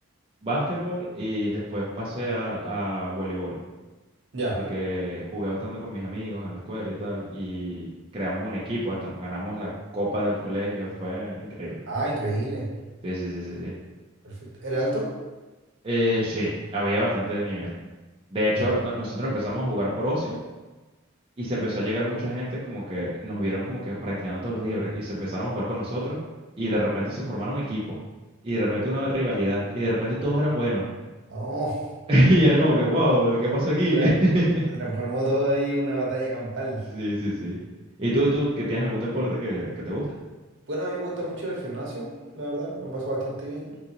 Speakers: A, on the right (about 25°); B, on the right (about 60°).
A: básquetbol y después pasé a, a voleibol.
B: Ya.
A: porque jugué bastante con mis amigos en la escuela y tal, y creamos un equipo, hasta nos ganamos la copa del colegio, fue increíble.
B: Ah,
A: pues.
B: increíble.
A: Sí, sí, sí, sí, sí.
B: Perfecto. ¿Era alto?
A: Eh, sí, había bastante de nivel. De hecho,
B: Ya.
A: no- nosotros empezamos a jugar por ocio y se empezó a llegar mucha gente como que nos vieron como que practicando todos los días pra- y se empezaron a jugar con nosotros y de repente se formaron equipos y de repente una rivalidad y de repente todos eran buenos.
B: Oh,
A: <laughs> Y era como que, wow, ¿qué pasó aquí?
B: se tra-
A: <laughs>
B: se transformó todo ahí en una batalla campal.
A: Sí, sí, sí. ¿Y tú, tú, que tienes algún deporte que, que te guste?
B: Bueno, a mí me gusta mucho el gimnasio, la verdad, lo paso bastante bien.